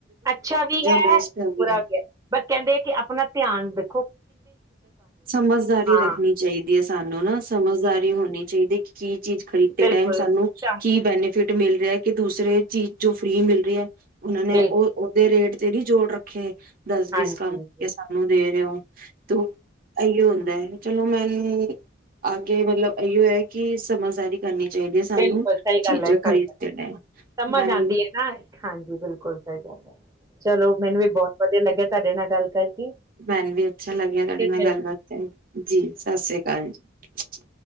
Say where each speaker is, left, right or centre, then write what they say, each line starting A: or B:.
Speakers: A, on the right; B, on the right.
A: ਅੱਛਾ ਵੀ ਹੈ,
B: ਬੈਸਟ ਹੈਗੀਆਂ।
A: ਬੁਰਾ ਵੀ ਹੈ, ਬਸ ਕਹਿੰਦੇ ਆ ਕਿ ਆਪਣਾ ਧਿਆਨ ਰ
B: ਸਮਝਦਾਰੀ
A: ਹਾਂ,
B: ਰੱਖਣੀ ਚਾਹੀਦੀ ਹੈ, ਸਾਨੂੰ ਨਾ ਸਮਝਦਾਰੀ ਹੋਣੀ ਚਾਹੀਦੀ ਹੈ ਕਿ ਕੀ ਚੀਜ਼ ਖਰੀਦਦੇ
A: ਬਿਲਕੁਲ,
B: ਟਾਈਮ ਸਾਨੂੰ
A: ਚੰ
B: ਕੀ ਬੈਨੀਫਿਟ ਮਿਲ ਰਿਹਾ ਕਿ ਦੂਸਰੇ ਚੀਜ਼ ਜੋ ਫ੍ਰਰੀ ਮਿਲ ਰਹੀ ਹੈ। ਉਹਨਾਂ ਨੇ
A: ਬਿਲਕੁਲ
B: ਉਹ ਉਹਦੇ ਰੇਟ ਜਿਹੜੀ ਜੋੜ ਰੱਖੇ ਦਸ ਬੀਸ
A: ਹਾਂਜੀ,
B: ਕੰਮ
A: ਜੀ,
B: ਕੇ ਸਾਨੂੰ ਦੇ ਰਹੇ ਹੋ। ਤੋ ਇਹੀਓ ਹੁੰਦਾ ਹੈ। ਚਲੋ ਮੈਨੂੰ ਅਗੇ ਮਤਲਬ ਇਹੀਓ ਕਿ ਸਮਝਦਾਰੀ ਕਰਨੀ ਚਾਹੀਦੀ ਹੈ ਸਾਨੂੰ
A: ਬਿਲਕੁਲ ਸਹੀ
B: ਚੀਜ਼ਾਂ
A: ਗੱਲ ਹੈ,
B: ਖਰੀਦਦੇ
A: ਸਹੀ
B: ਟਾਈਮ
A: ਸਮਝ
B: ਮੈਨੂੰ
A: ਆਂਦੀ ਹੈ, ਨਾ ਹਾਂਜੀ ਬਿਲਕੁਲ ਸਹੀ ਗੱਲ ਹੈ। ਚਲੋ ਮੈਨੂੰ ਵੀ ਬਹੁਤ ਵਧੀਆ ਲੱਗਿਆ। ਤੁਹਾਡੇ ਨਾਲ ਗੱਲ ਕਰਕੇ,
B: ਮੈਨੂੰ ਵੀ ਅੱਛਾ ਲੱਗਿਆ,
A: ਫਿਰ
B: ਤੁਹਾਡੇ ਨਾਲ
A: ਮਿਲਦੇ
B: ਗੱਲਬਾਤ ਕਰ ਜੀ, ਸਤਿ ਸ੍ਰੀ ਅਕਾਲ ਜੀ।